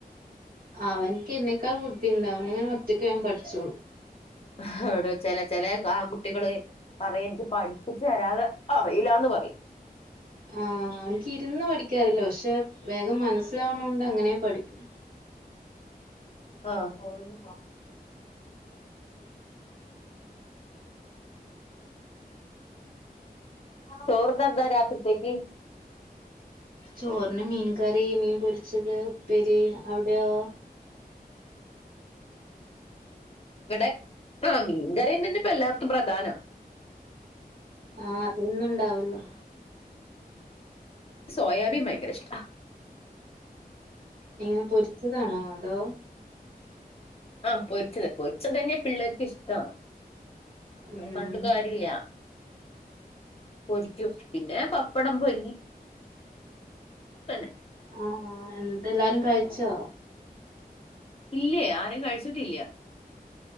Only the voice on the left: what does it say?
<unintelligible> ചെല ചെല ആൺകുട്ടികള് <unintelligible> പഠിപ്പിച്ച് തരാതെ അറിയില്ലാന്ന് പറയ്
ആ ചോർനെന്താ രാത്രിത്തേക്ക്?
വടെ ആ മീൻകറിനന്നല്ലേ ഇപ്പ എല്ലാട്ത്തും പ്രധാനം.
സോയാബി ഭയങ്കര ഇഷ്ട
ആ പൊരിച്ചത് പൊരിച്ചത് തന്നെയാ പിള്ളേർക്ക് ഇഷ്ടാ. അവരെ
പറഞ്ഞിട്ടും കാര്യല്ലാ പൊരിക്കും. പിന്നെ പപ്പടം പൊരി തന്നെ.
ഇല്ലേ ആരും കഴിച്ചിട്ടില്ല.